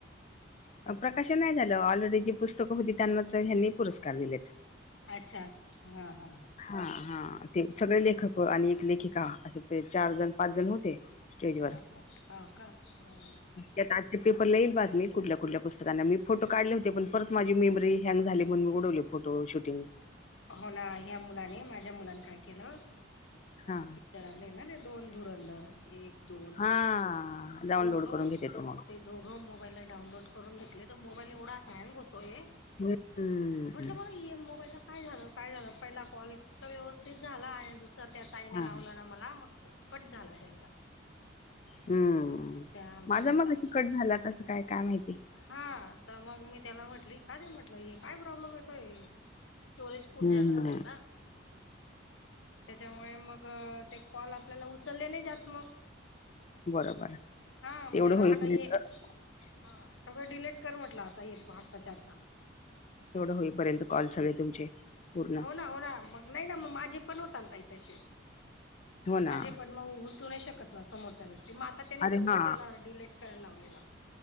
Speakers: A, on the left (about 75°); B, on the left (about 35°).
A: पुस्तकाचं?
B: अं प्रकाशन नाही झालं ऑलरेडी जी पुस्तकं होती त्यांनाच ह्यांनी पुरस्कार दिलेत.
A: अच्छा, हा हा हा.
B: हा हा ते सगळे लेखक आणि एक लेखिका असं ते चार जण, पाच जण होते. स्टेजवर
A: हा हा, हा का? हा.
B: यात आजचे पेपरला ईल बातमी. कुठल्या-कुठल्या पुस्तकांना मी फोटो काढले होते पण परत माझी मेमरी हँग झाली म्हणून उडवले फोटो शूटिंग.
A: हो ना, ह्या मुलाने माझ्या मुलाने काय केलं <inaudible> ते पण नवीन
B: हा
A: पिच्चर आल ते न ते दोन धुरंधर एक, दोन
B: हा
A: ते
B: डाउनलोड
A: दोघं
B: करून घेते तो
A: अ
B: मग
A: ते दोघं मोबाईलला डाउनलोड करून घेतलेत मोबाईल एवढा हँग होतोय. <inaudible>
B: हम्म
A: म्हटलं म हे मोबाईलला काय झालं, काय झालं पहिला कॉल इतक व्यवस्थित झाला आणि दुसरा त्या ताईने
B: हा
A: लावलं ना मला मग कट झाला त्यांचा.
B: हम्म
A: त्या म्हणत
B: माझा मग
A: आहेत
B: एक् कट झाला कसं काय, काय माहिती.
A: हा त मग मी त्याला म्हटली काय रे म्हटलं हे काय प्रॉब्लेम येतोय? स्टोरेज फुल
B: हम्म
A: झाला असेल ना. <inaudible> त्याच्यामुळे मग ते कॉल आपल्याला उचलले नाही जात मग.
B: बरबर <inaudible>
A: हा मग
B: तेवढं
A: त्याला
B: होईल
A: म्हटलं ये
B: <unintelligible>
A: हा सगळं डिलेट कर म्हटलं आता हे तु आत्ताच्या आत्ता.
B: तेवढं होईपर्यंत कॉल सगळे तुमचे. पूर्ण
A: हो ना, हो ना मग नाही ना मग माझे पण होता न ताई तसे.
B: हो ना
A: माझे पण मग उचलु नाई शकत ना समोरच्या व्यक्ती म आता त्यानी
B: अरे
A: सगळं
B: हा
A: त्याला डिलेट कराय लावलेला.